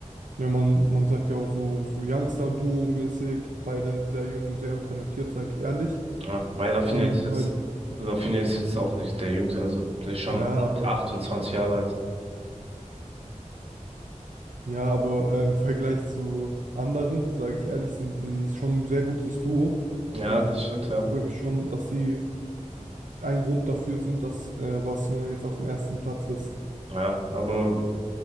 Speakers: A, on the right; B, on the right.
A: Ja, man, man sagt ja auch so, so Youngster-Duo-mäßig. Beide sehr jung und sehr talentiert, sage ich ehrlich.
B: Ja, weil Rafinha
A: Und
B: ist
A: die
B: jetzt,
A: beiden,
B: Rafinha ist jetzt auch nicht der Jüngste, also der ist schon
A: ja,
B: alt,
A: aber.
B: 28 Jahre alt.
A: Ja, aber äh, im Vergleich zu anderen, sage ich ehrlich, sind sie schon ein sehr gutes Duo.
B: Ja,
A: Und
B: das stimmt, ja.
A: sage ich schon, dass sie ein Grund dafür sind, dass äh, Barcelona jetzt auf dem ersten Platz ist.
B: Ja, aber